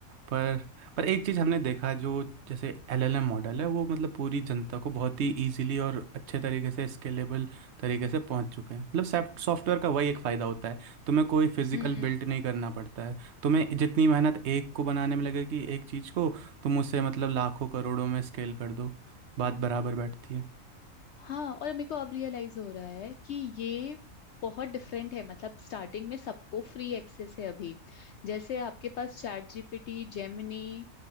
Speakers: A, on the right; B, on the left.
A: पर पर एक चीज़ हमने देखा जो जैसे एलएलएम मॉडल है वो मतलब पूरी जनता को बहुत ही इजीली और अच्छे तरीके से स्केलेबल तरीके से पहुंच चुके हैं मतलब सॉफ्टवेयर का वही एक फ़ायदा होता है तुम्हें कोई फिजिकल
B: <laughs>
A: बिल्ड नहीं करना पड़ता है तुम्हें जितनी मेहनत एक को बनाने में लगेगी एक चीज़ को तुम उसे मतलब लाखों करोड़ों में स्केल कर दो बात बराबर बैठती है
B: हाँ और मेरे को अब रियलाइज हो रहा है कि ये बहुत डिफरेंट है मतलब स्टार्टिंग में सबको फ्री एक्सेस है अभी जैसे आपके पास चैट जीपीटी जेमिनी